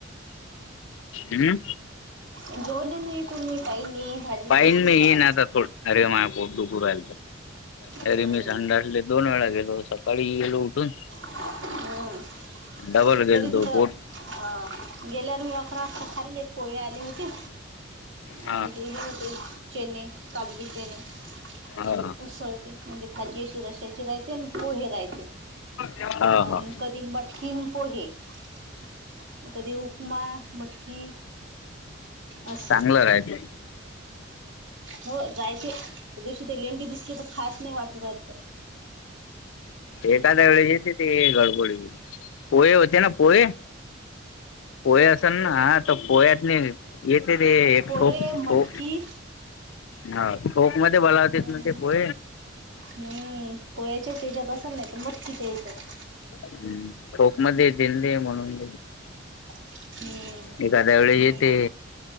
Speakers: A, on the left; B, on the right.
A: उहूं.
B: जेवले नाही तुम्ही काही नाही भाजी
A: पाहिन
B: तशीच
A: मी येईन
B: हाय
A: आता थोड अरे माय पोट दुखू राहिलत
B: हम्म
A: अरे मी संडासले दोन वेळा गेलो सप पिल्याला उठून
B: हम्म. <unintelligible>
A: डबल
B: तरी
A: गेलतो
B: तिथं
A: पोट
B: हा गेल्यावर मी अकरा वाजता खाल्लेत पोहे आले होते
A: हा
B: अन ते हे होते चेने काचबी चेने
A: हा
B: ही उसळते म्हणजे भाजी अशी रशाची रायते अन पोहे राय य
A: हा
B: यान
A: हा
B: कधी मटकीन पोहे ए कधी उपमा मटकी असं
A: चांगलं राहिच.
B: हो जायचे दिवशी ते लेंडी दिसली तर खास नाही वाटत रायच.
A: एखाद्या वेळे येते ते गडबडी. पोहे होते ना पोहे पोहे असल ना हा तर पोह्यात नाही. येते ते एक
B: पोहे
A: ठोपो
B: मटकी
A: हा. कोक मध्ये बलावतीत
B: अं
A: ते पो
B: हम्म पोयाच्याच याच्यात असेल नाही तर मटकीच्याच्यात.
A: हम्म खोक मध्ये दिनली म्हणून.
B: हम्म
A: एखाद्या वेळेस
B: हम्.
A: येते